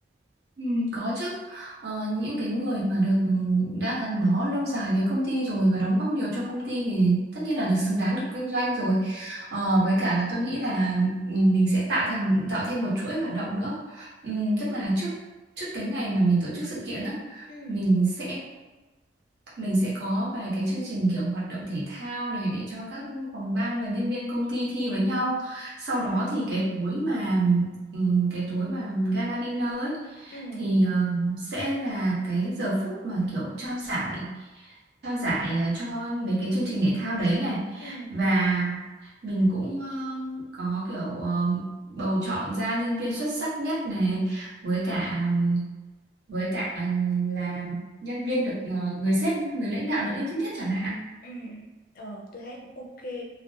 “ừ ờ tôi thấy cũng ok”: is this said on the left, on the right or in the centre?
Left